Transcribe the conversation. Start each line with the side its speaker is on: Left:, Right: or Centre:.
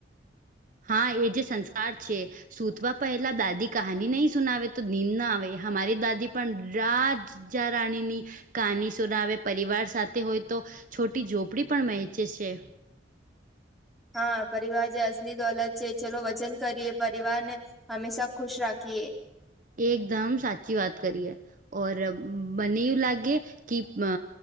Right: હા એ જે સંસ્કાર છે સુતવા પહેલા દાદી કહાની નહી સુનાવે તો નિંદન આવે અમારી દાદી પણ રાજ જા રાણીની કહાની સુનાવે પરિવાર સાથે હોય તો છોટી ઝોપડી પણ વહેંચે છે.
Centre: હા પરિવાર જે અસલી દોલત છે ચલો વચન કરીએ પરિવાર ને હમેશા ખુશ રાખીએ
Right: એકદમ સાચી વાત કરીએ ઓર બને એ લાગે કે અ